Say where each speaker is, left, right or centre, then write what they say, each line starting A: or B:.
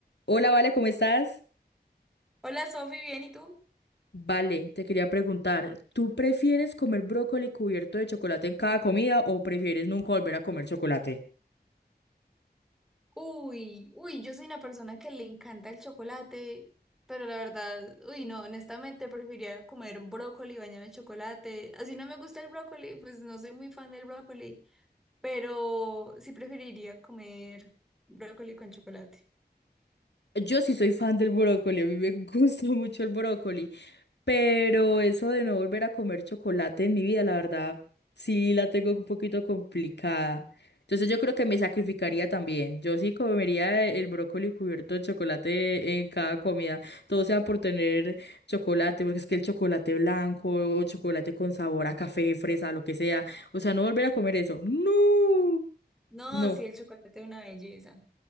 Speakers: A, on the left; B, in the centre.
A: Hola, Vale, ¿cómo estás?
B: Hola Sofi, ¿bien y tú?
A: Vale, te quería preguntar, ¿tú prefieres comer brócoli cubierto de chocolate en cada comida o prefieres nunca volver a comer chocolate?
B: Uy, uy, yo soy una persona que le encanta el chocolate, pero la verdad, uy, no, honestamente preferiría comer brócoli bañado en chocolate. Así no me gusta el brócoli, pues no soy muy fan del brócoli, pero sí preferiría comer brócoli con chocolate.
A: Yo sí soy fan del brócoli, a mí me <laughs> gusta mucho el brócoli, Pero eso de no volver a comer chocolate en mi vida, la verdad, sí la tengo un poquito complicada. Entonces yo creo que me sacrificaría también. Yo sí comería el brócoli cubierto de chocolate en cada comida. Todo sea por tener chocolate, porque es que el chocolate blanco o chocolate con sabor a café, fresa, lo que sea. O sea, no volver a comer eso. No,
B: No,
A: no.
B: sí, el chocolate es una belleza.